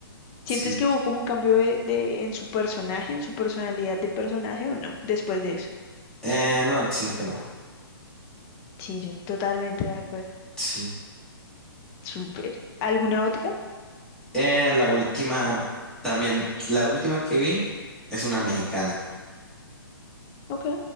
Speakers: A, in the centre; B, on the left.
A: sí.
B: ¿Sientes que hubo como un cambio de, de- en su personaje, en su personalidad de personaje o no, después de eso?
A: Eh, no, siento que no.
B: Sí, yo totalmente de acuerdo.
A: Sí.
B: Súper. ¿Alguna otra?
A: Eh, la última, también, la última que vi es
B: Ujú,
A: una mexicana.
B: Ok.